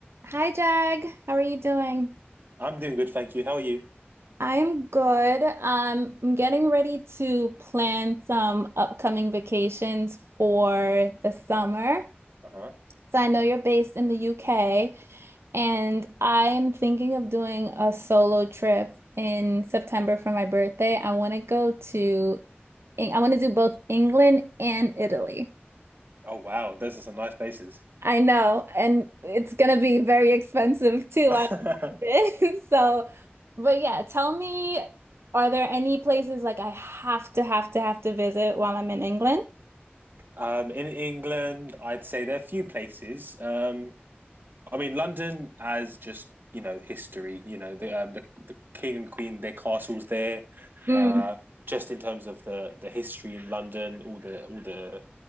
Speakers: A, on the right; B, on the right.
A: Hi Jag, how are you doing?
B: I'm doing good, thank you. How are you?
A: I'm good. Um, I'm getting ready to plan some upcoming vacations for the summer.
B: Uh-huh.
A: So I know you're based in the UK, and I'm thinking of doing a solo trip in September for my birthday. I want to go to, I want to do both England and Italy.
B: Oh wow, those are some nice places.
A: I know, and it's gonna be very expensive too,
B: <laughs>
A: I imagine. <laughs> So, but yeah, tell me, are there any places like I have to have to have to visit while I'm in England?
B: Um, in England, I'd say there are a few places. Um, I mean, London as just you know history. You know the um, the, the king and queen, their castles there.
A: Mm.
B: Uh, just in terms of the the history in London, all the all the